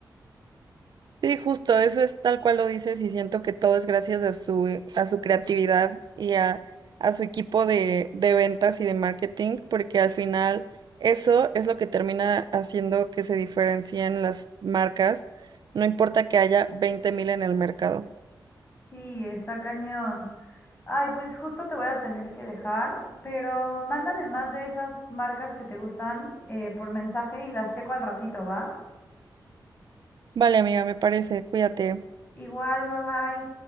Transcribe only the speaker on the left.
Sí, está cañón. Ay, pues justo te voy a tener que dejar, pero mándame más de esas marcas que te gustan eh, por mensaje y las checo al ratito, ¿va?
Igual, bye bye.